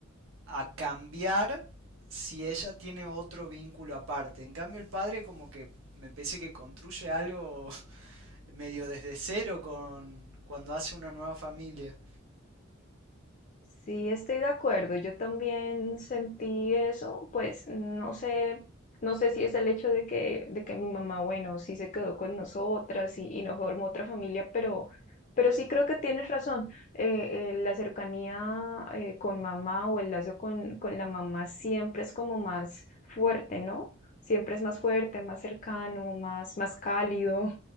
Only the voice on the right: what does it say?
a cambiar si ella tiene otro vínculo aparte. En cambio, el padre como que me parece que construye algo <laughs> medio desde cero con cuando hace una nueva familia.